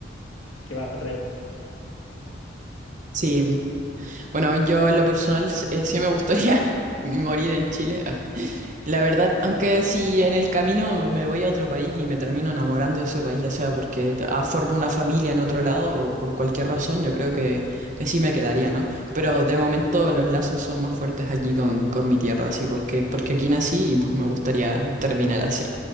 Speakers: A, on the left; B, on the right.
A: qué va a traer.
B: Sí, bueno, yo en lo personal eh, sí me gustaría <laughs> morir en Chile. Ah, La verdad, aunque si en el camino me voy a otro país y me termino enamorando de ese país, ya sea porque t- ah, formo una familia en otro lado o por cualquier razón, yo creo que, que sí me quedaría, ¿no? Pero de momento los lazos son más fuertes aquí con, con mi tierra, así, porque, porque aquí nací y pues me gustaría terminar así.